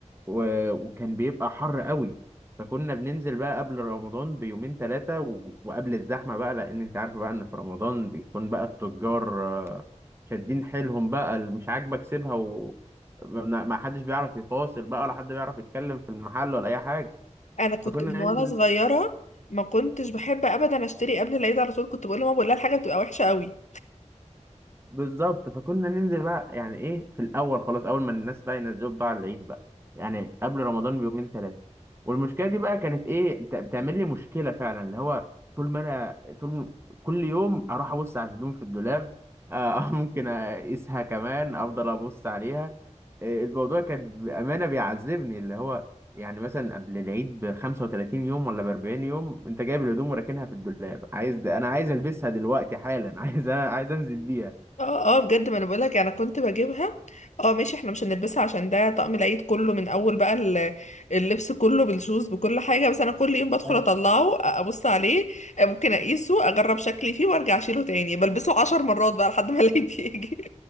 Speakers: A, on the right; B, on the left.
A: و... وكان بيبقى حر قوي فكنا بننزل بقى قبل رمضان بيومين ثلاثة و... وقبل الزحمة بقى لأن أنت عارف بقى إن في رمضان بيكون بقى التجار آه، شادين حيلهم بقى اللي مش عاجبك سيبها و ما ما حدش بيعرف يفاصل بقى ولا حد بيعرف يتكلم في المحل ولا أي حاجة
B: انا كنت
A: فكنا
B: من وانا
A: ننزل
B: صغيره ما كنتش بحب ابدا اشتري قبل العيد على طول كنت بقول لماما بقول لها الحاجه بتبقى وحشه قوي
A: بالظبط فكنا ننزل بقى يعني ايه في الاول خلاص اول ما الناس بقى ينزلوا بقى على العيد بقى يعني قبل رمضان بيومين ثلاثه والمشكله دي بقى كانت ايه بت- بتعمل لي مشكله فعلا اللي هو طول ما انا طول م- كل يوم اروح ابص على الهدوم في الدولاب آه <laughs> ممكن اقيسها كمان افضل ابص عليها آه، الموضوع كان بامانه بيعذبني اللي هو يعني مثلا قبل العيد ب 35 يوم ولا ب 40 يوم انت جايب الهدوم وراكنها في الدولاب عايز انا عايز البسها دلوقتي حالا <laughs> عايز عايز انزل بيها
B: اه اه بجد ما انا بقول لك انا كنت بجيبها اه ماشي احنا مش هنلبسها عشان ده طقم العيد كله من اول بقى ال- اللبس كله بالشوز بكل حاجه بس انا كل يوم بدخل
A: أيوة.
B: اطلعه أ- ابص عليه ممكن اقيسه اجرب شكلي فيه وارجع اشيله تاني بلبسه عشر مرات بقى لحد ما العيد <laughs> يجي